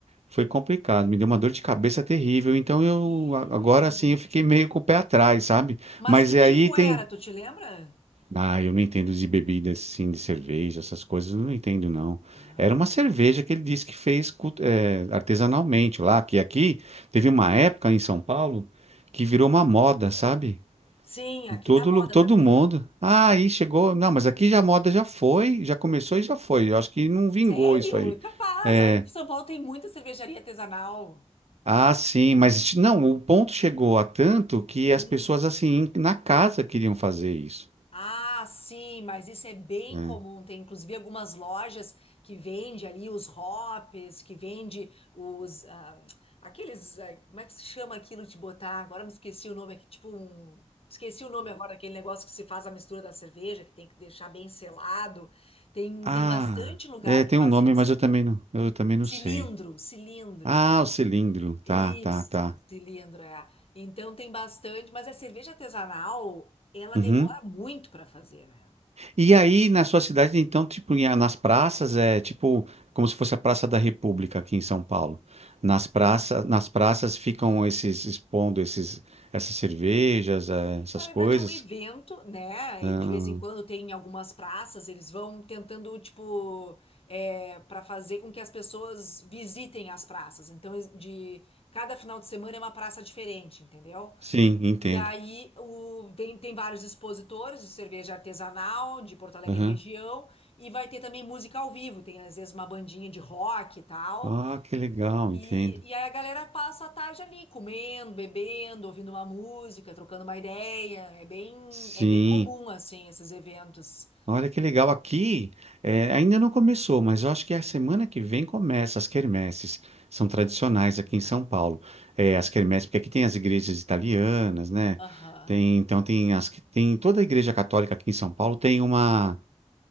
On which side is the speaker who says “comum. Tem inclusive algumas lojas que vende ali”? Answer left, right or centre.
Left